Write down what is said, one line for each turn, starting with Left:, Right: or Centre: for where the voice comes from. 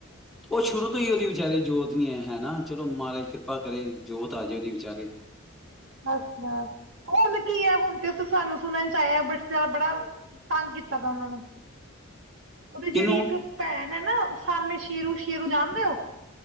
Centre: ਉਹ ਸ਼ੁਰੂ ਤੋਂ ਹੀ ਉਹਦੀ ਵਿਚਾਰੇ ਦੀ ਜੋਤ ਨਹੀਂ ਹੈ ਹੈਨਾ। ਚਲੋ ਮਹਾਰਾਜ ਕਿਰਪਾ ਕਰੇ। ਜੋਤ ਆਜੇ ਉਹਦੀ ਵਿਚਾਰੇ ਦੀ।
Right: ਅੱਛਾ ਹੁਣ ਕੀ ਹੈ ਹੁਣ ਤੇ ਸ ਸਾਨੂੰ ਸੁਣਨ ਚ ਆਇਆ ਬਟ ਬੜਾ ਤੰਗ ਕੀਤਾ ਪਿਆ ਉਹਨਾਂ ਨੂੰ। ਉਹਦੀ
Centre: ਕਿਹਨੂੰ
Right: ਜਿਹੜੀ ਇੱਕ ਭੈਣ ਹੈ ਨਾ ਸਾਹਮਣੇ ਸ਼ੇਰੂ-ਸ਼ੇਰੂ ਜਾਣਦੇ ਹੋ?